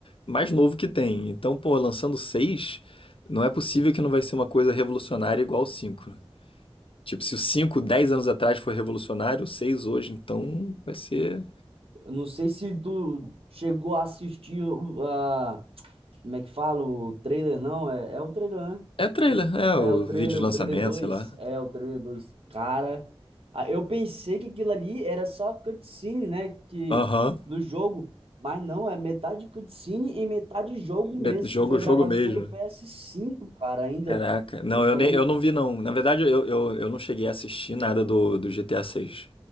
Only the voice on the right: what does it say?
eu não sei se tu chegou a assistir o- a Como é que falo trailer não? É, é o trailer, né?
É
o trailer,
o
trailer dois
É o trailer dois Cara, ah, eu pensei que aquilo ali era só cutscene, né? Que,
do jogo. Mas não, é metade cutscene e metade jogo mesmo,
que foi
gravado
pelo ps cinco cara, ainda.
Eu falei,